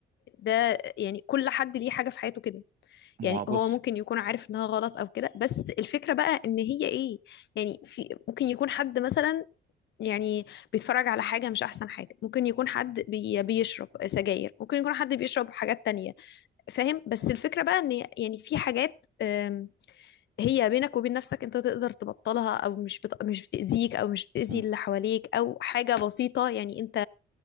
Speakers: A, on the left (about 60°); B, on the right (about 50°).
A: ده يعني كل حد ليه حاجة في حياته كده
B: ما
A: يعني
B: هو بص
A: هو ممكن يكون عارف انها غلط او كده بس الفكرة بقى ان هي ايه يعني في ممكن يكون حد مثلا يعني بيتفرج على حاجة مش احسن حاجة ممكن يكون حد بي بيشرب سجاير ممكن يكون حد بيشرب حاجات تانية فاهم بس الفكرة بقى ان يعني في حاجات أم، هي بينك وبين نفسك انت تقدر تبطلها او مش بت... مش بتأذيك او مش بتأذي
B: مم.
A: اللي حواليك او حاجة بسيطة يعني انت